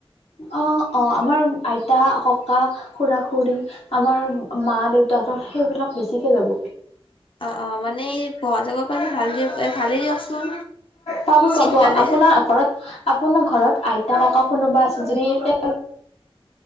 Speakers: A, on the left; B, on the left.
A: অ অ আমাৰ আইতা ককা খৰা খুৰী আমাৰ মা দেউতাহঁতৰ সেইবিলাক বেছিকৈ যাব।
B: অ অ মানে বহা জাগা পালে ভাল দিয়ক ভালেই দিয়কচোন
A: পাব
B: চিত
A: পাব
B: পালে
A: আপোনাৰ ঘৰত আপোনাৰ ঘৰত আইতা ককা কোনোবা আ জুৰি টেপ